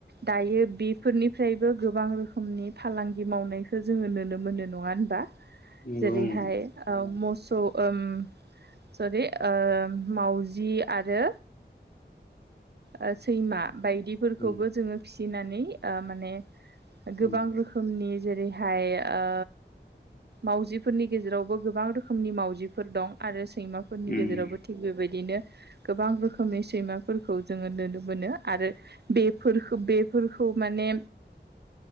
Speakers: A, on the right; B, on the left.
A: दायो बि फोरनिफ्रायबो गोबां रोखोमनि फालांगि मावनायखो जोङो नोनो मोनो। नङा होनबा?
B: नंगौ
A: जेरैहाय
B: उम
A: ओ मस स ओम सरि ओम मावजि आरो ओ सैमा बायदिफोरखौबो
B: उम
A: जोङो फिसिनानै ओ माने गोबां
B: उम
A: रोखोमनि जेरैहाय ओ मावजिफोरनि गेजेरावबो गोबां रोखोमनि मावजिफोर दं आरो सै सैमाफोरनि
B: उम
A: गेजेरावबो थिग बेबायदिनो गोबां रोखोमनि सैमाफोर खौ जोङो नोनो मोनो आरो बेफोरखो-बेफोरखौ माने